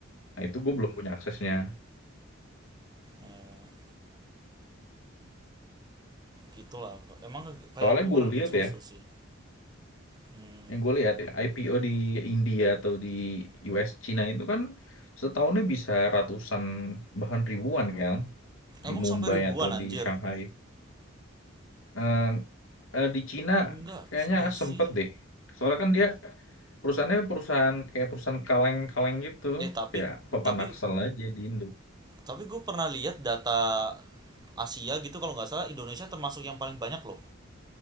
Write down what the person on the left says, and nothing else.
Nah itu gue belum punya aksesnya.
Soalnya
gue
lihat
ya,
yang gue lihat ya IPO di India atau di US Cina itu kan setahunnya bisa ratusan bahkan ribuan kan di
Mumbai
atau
di Shanghai. Eh, eh, di Cina
kayaknya
sempet
deh. Soalnya kan dia perusahaannya perusahaan kayak perusahaan kaleng-kaleng gitu,
kayak apa pepanaksel
aja di Indo.